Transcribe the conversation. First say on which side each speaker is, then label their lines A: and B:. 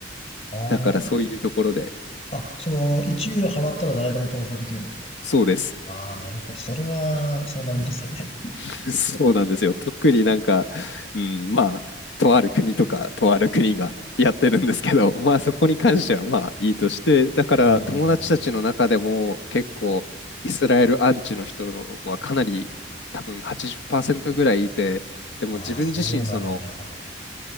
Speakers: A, on the left; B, on the left.
A: ああ
B: だからそういうところで、
A: あ、その、1ユーロ払ったら誰でも投票できるんですか
B: そうです。
A: ああー、なるほど。それは、そうなりますよね。
B: <laughs> そうなんですよ。特になんか、うん、まあ、とある国とか、とある国がやってるんですけど、まあそこに関してはまあいいとして、だから友達たちの中でも結構イスラエルアンチの人のはかなり多分80%
A: うん、うん、うん。うん
B: ぐらいいて、でも自分自身その、
A: ああ、そうなんだ。